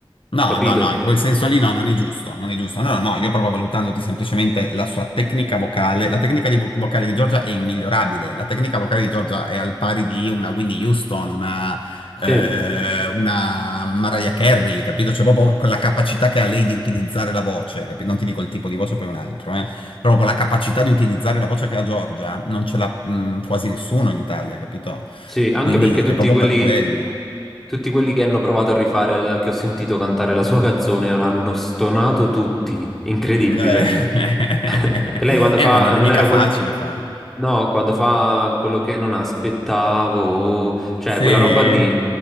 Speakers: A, on the left; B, in the centre.
A: No,
B: capito?
A: no, no, in quel senso lì no, non è giusto, non è giusto. No, no, no, io proprio valutandoti semplicemente la sua tecnica vocale. La tecnica di vo- vocale di Giorgia è immigliorabile. La tecnica vocale di Giorgia è al pari di una Winnie Houston, una,
B: Sì.
A: eh, una Mariah Carey, capito? C'è proprio quella capacità che ha lei di utilizzare la voce, capito? Non ti dico il tipo di voce, poi un altro, eh. Però Proprio la capacità di utilizzare la voce che ha Giorgia non ce l'ha, mh, quasi nessuno in Italia, capito?
B: Sì, anche
A: Quindi
B: perché tutti
A: è proprio
B: quelli,
A: per quello.
B: tutti quelli che hanno provato a rifare, la- che ho sentito cantare la sua canzone, l'hanno stonato tutti. Incredibile.
A: Eh, <laughs>
B: <laughs> Che Lei quando
A: eh,
B: fa,
A: ma non è
B: non
A: mica
B: era
A: facile
B: quel,
A: farlo.
B: no, quando fa quello che non aspettavo, cioè
A: Sì,
B: quella
A: eh
B: roba lì,